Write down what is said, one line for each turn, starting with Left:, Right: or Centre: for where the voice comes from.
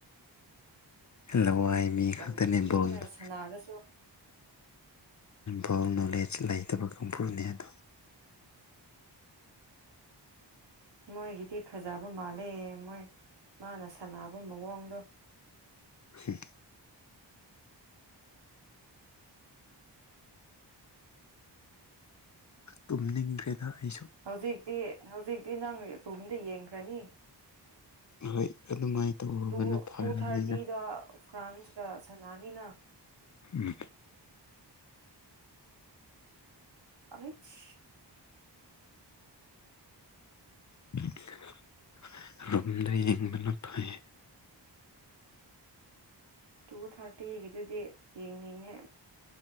Left: ꯂꯋꯥꯏ ꯃꯤ
Right: ꯌꯥꯝ
Left: ꯈꯗꯅꯤꯕꯣꯟꯗꯣ
Right: ꯀꯤꯅ ꯁꯥꯟꯅꯔꯁꯨ
Left: ꯚꯣꯜ ꯅꯣꯂꯦꯖ ꯂꯩꯇꯕ ꯀꯥꯡꯕꯨꯨꯅꯤ ꯑꯗꯣ
Right: ꯃꯣꯏꯒꯤꯗꯤ ꯐꯖꯕ ꯃꯥꯜꯂꯦ ꯃꯣꯏ ꯃꯥꯅ ꯁꯥꯟꯅꯕ ꯃꯑꯣꯡꯗꯣ
Left: ꯍꯝ ꯇꯨꯝꯅꯤꯡꯗ꯭ꯔꯦꯗ ꯑꯩꯁꯨ
Right: ꯍꯧꯖꯤꯛꯇꯤ ꯍꯧꯖꯤꯛꯇꯤ ꯅꯪ ꯔꯨꯝꯗ ꯌꯦꯡꯈ꯭ꯔꯥꯅꯤ
Left: ꯍꯣꯏ ꯑꯗꯨꯃꯥꯏꯅ ꯇꯧꯔꯨꯕꯅ
Right: ꯇꯨ
Left: ꯐꯔꯅꯤꯗ
Right: ꯇꯨ ꯊꯥꯔꯇꯤꯗ ꯐ꯭ꯔꯥꯟꯁ ꯀꯥ ꯁꯟꯅꯅꯤꯅ inaudible
Left: ꯎꯝ
Right: <unintelligible>
Left: <unintelligible> ꯔꯨꯝꯗ ꯌꯦꯡꯕꯅ ꯐꯩꯌꯦ
Right: ꯇꯨ ꯊꯥꯔꯇꯤꯒꯤꯗꯨꯗꯤ ꯌꯦꯡꯅꯤꯡꯉꯦ